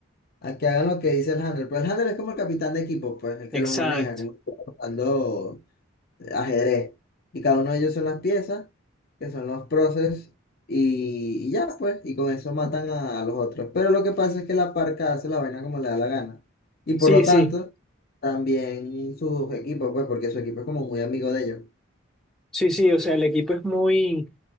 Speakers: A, on the left (about 45°); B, in the centre.
A: a que hagan lo que dice el handler. Pero el handler es como el capitán de equipo, pues, el que
B: Exacto.
A: los maneja, como que está jugando ajedrez. Y cada uno de ellos son las piezas, que son los proces, y, y ya, pues, y con eso matan a, a los otros. Pero lo que pasa es que la parca hace la vaina como le da la gana. Y por
B: Sí,
A: lo tanto,
B: sí,
A: también sus equipos, pues, porque su equipo es como muy amigo de ellos.
B: sí, sí, o sea, el equipo es muy,